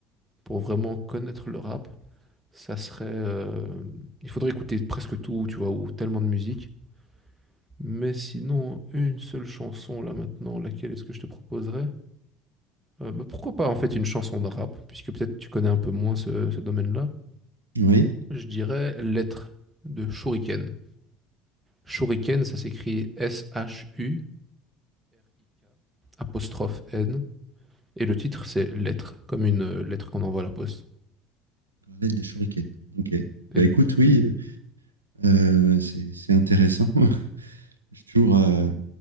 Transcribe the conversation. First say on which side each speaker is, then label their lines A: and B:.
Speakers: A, on the right; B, on the right.
A: pour vraiment connaître le rap, ça serait. euh, il faudrait écouter presque tout, tu vois, ou tellement de musique. Mais sinon, une seule chanson là maintenant, laquelle est-ce que je te proposerais? Euh, bah, pourquoi pas en fait une chanson de rap, puisque peut-être tu connais un peu moins ce, ce domaine-là.
B: Oui,
A: Je dirais Lettre de Shuriken. Shuriken, ça s'écrit S-H-U-R-I-K, apostrophe N, et le titre c'est Lettre, comme une euh, lettre qu'on envoie à la poste.
B: une des shurikens. Ok.
A: Et
B: Bah écoute, oui, euh, c'est c'est intéressant. <laughs> Je suis toujours, euh,